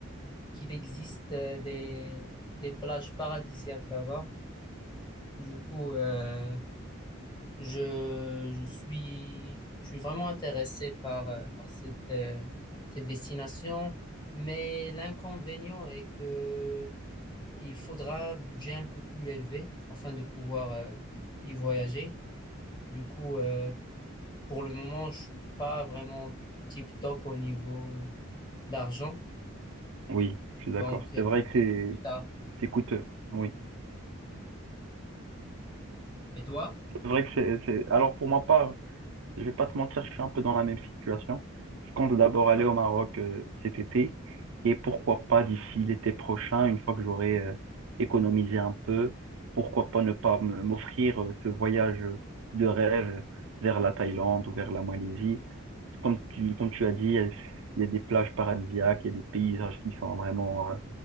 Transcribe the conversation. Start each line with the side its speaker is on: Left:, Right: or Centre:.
Left: qu'il existe euh, des, des plages paradisiaques là-bas. Du coup, euh, je, je suis, je suis vraiment intéressé par, euh, par cette, euh, cette destination, mais l'inconvénient est que il faudra un budget un peu plus élevé afin de pouvoir euh, y voyager. Du coup, euh, Pour le moment, je suis pas vraiment tip top au niveau euh, d'argent,
Right: Oui, je suis
Left: donc
Right: d'accord.
Left: euh,
Right: C'est vrai que
Left: peut-être
Right: c'est
Left: plus tard.
Right: c'est coûteux. Oui,
Left: Et toi?
Right: c'est vrai que c'est c'est. Alors pour ma part. Je vais pas te mentir, je suis un peu dans la même situation. Je compte d'abord aller au Maroc euh, cet été et pourquoi pas d'ici l'été prochain, une fois que j'aurai euh, économisé un peu, pourquoi pas ne pas me- m'offrir euh, ce voyage de rêve vers la Thaïlande ou vers la Malaisie. Comme tu, comme tu as dit, il y a, il y a des plages paradisiaques, il y a des paysages qui sont vraiment, euh,